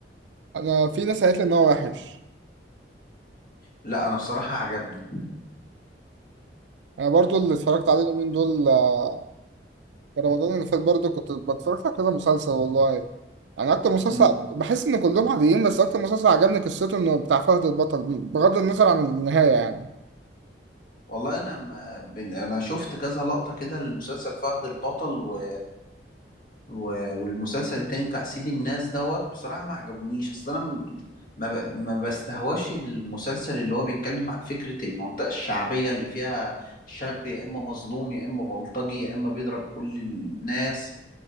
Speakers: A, on the right (about 85°); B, on the left (about 50°).
A: انا في ناس قالت لي ان هو وحش
B: لا أنا بصراحة عجبني
A: انا برضو اللي اتفرجت عليه اليومين دول آه، في رمضان اللي فات برضو كنت بتفرج على كده مسلسل والله انا اكتر مسلسل
B: مم.
A: بحس ان كلهم عاديين بس اكتر مسلسل عجبني قصته انه بتاع فهد البطل بغض النظر عن النهاية
B: والله أنا ما- بن- أنا شفت كذا لقطة كده للمسلسل فهد البطل و و- والمسلسل التاني بتاع سيد الناس دوت بصراحة ما عجبونيش اصل انا م- ما ب... ما بستهواش المسلسل اللي هو بيتكلم عن فكرة المنطقة الشعبية اللي فيها شاب يا اما مظلوم يا اما بلطجي يا اما بيضرب كل الناس